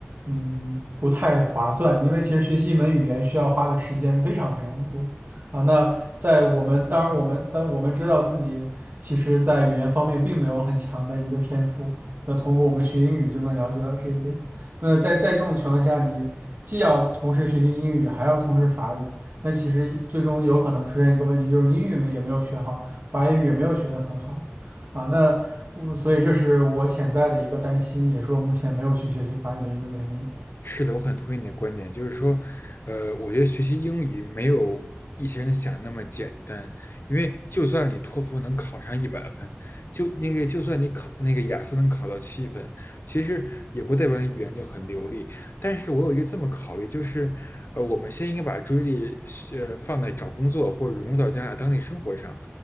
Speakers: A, on the right; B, on the left.
A: 嗯，不太划算，因为其实学习一门语言需要花的时间非常非常的多啊。那在我们当然我们但我们知道自己其实，在语言方面并没有很强的一个天赋，那通过我们学英语就能了解到这一点。那在在这种情况下，你既要同时学习英语，还要同时法语，那其实最终有可能出现一个问题，就是英语没也没有学好，法语也没有学得很好啊。那我所以这是我潜在的一个担心，也是我目前没有去学习法语的一个原因。
B: 是的，我很同意你的观点，就是说，呃，我觉得学习英语没有一些人想那么简单，因为就算你托福能考上一百分，就那个就算你考那个雅思能考到七分，其实也不代表你语言就很流利。但是我有一个这么考虑，就是，呃，我们先应该把注意力呃放在找工作或者融入到加拿大当地生活上，